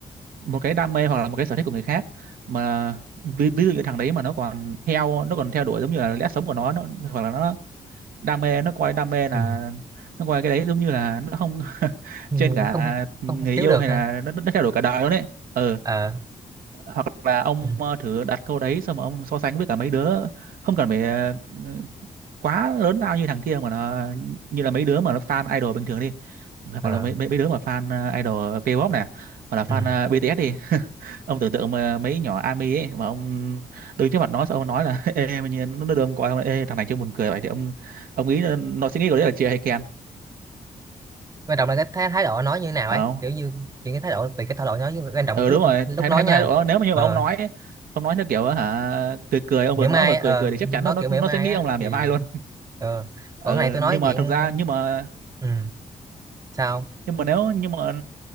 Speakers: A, on the right (about 80°); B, on the right (about 25°).
A: một cái đam mê hoặc là một cái sở thích của người khác mà ví, ví dụ như thằng đấy mà nó còn theo nó còn theo đuổi giống như là lẽ sống của nó, nó hoặc là nó đam mê nó coi đam mê là
B: Ừ.
A: nó coi cái đấy giống như là nó không <laughs>
B: Ừ.
A: trên cả
B: không
A: người
B: không
A: yêu
B: thiếu được
A: hay
B: ha
A: là nó, nó theo đuổi cả đời luôn đấy ừ
B: ờ
A: hoặc là ông
B: ừ.
A: ờ, thử đặt câu đấy xong mà ông so sánh với cả mấy đứa không cần phải ờ, quá lớn lao như thằng kia mà nó như là mấy đứa mà nó fan idol bình thường đi hoặc
B: ờ
A: là mấy mấy, mấy đứa mà fan ờ, idol K-pop nè hoặc là fan
B: ừ.
A: ờ, BTS đi ông tưởng tượng mà mấy nhỏ ARMY ấy mà ông đứng trước mặt nó xong ông nói là <laughs> ê mà nhìn nó đưa ông coi không ê thằng này chưa buồn cười vậy thì ông ông nghĩ là nó sẽ nghĩ của đấy là chê hay khen
B: quan trọng là cái thái, thái độ nói như thế nào ấy
A: không
B: kiểu như chuyện cái thái độ về cái thái độ nói với quan trọng
A: ừ
B: là cái
A: đúng
B: lúc
A: rồi
B: lúc
A: thái
B: nói
A: thái
B: nha
A: thái độ nếu mà như
B: Ờ,
A: mà ông nói ấy, ông nói theo kiểu hả cười cười ông
B: mỉa
A: vừa
B: mai
A: nói vừa
B: á,
A: cười
B: ờ
A: cười thì chắc chắn
B: nó
A: nó nó,
B: kiểu mỉa
A: nó
B: mai
A: sẽ nghĩ
B: á
A: ông làm
B: thì
A: mỉa mai luôn
B: ờ
A: ừ,
B: còn cái này tôi nói
A: nhưng mà
B: dạng
A: thực ra nhưng mà
B: ừ sao
A: nhưng mà nếu nhưng mà